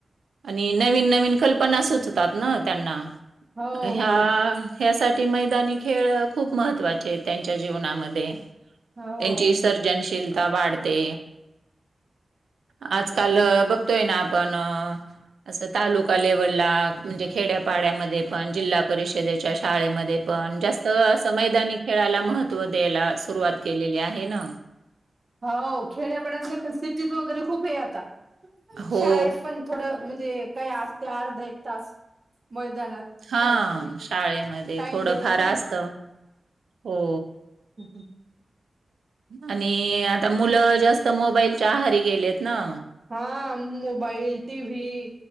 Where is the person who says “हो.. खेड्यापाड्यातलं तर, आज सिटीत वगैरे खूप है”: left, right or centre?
Right